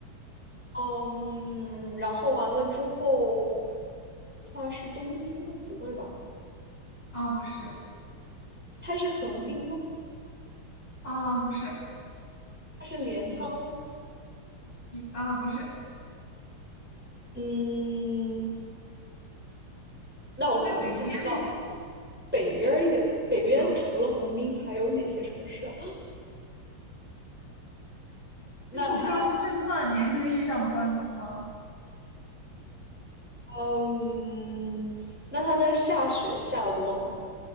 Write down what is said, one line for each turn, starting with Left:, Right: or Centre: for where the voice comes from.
Centre: 嗯，然后完了之后，它是东京吗？不会吧？
Left: 啊，不是，
Centre: 它是横滨吗？
Left: 啊，不是，
Centre: 它是镰仓吗
Left: 一啊，不是，
Centre: 嗯，那我可能就不太知道。
Left: 它在北边儿一点。
Centre: 北边儿一点，北边除了横滨还有哪些城市啊？
Left: 啊，
Centre: <laughs>
Left: 其实我不知道它这算严格意义上的关东吗？
Centre: 那它，嗯，那它的下雪下的多吗？